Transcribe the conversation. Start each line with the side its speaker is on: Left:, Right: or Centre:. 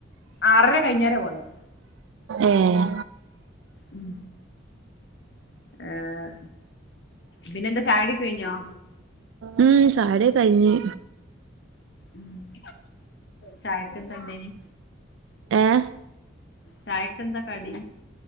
Left: ആറര കഴിഞ്ഞേര പോന്നയ്
Right: ഏഹ്
Left: ഉം ഏഹ് പിന്നെന്താ ചായ്ടി ക്കെ കഴിഞ്ഞോ
Right: ഉംചായുടി കയ്ഞ്
Left: ഉം ചായ്ക്കന്താണ്ടേനി
Right: ഏഹ്
Left: ചായ്ക്കെന്താ കടി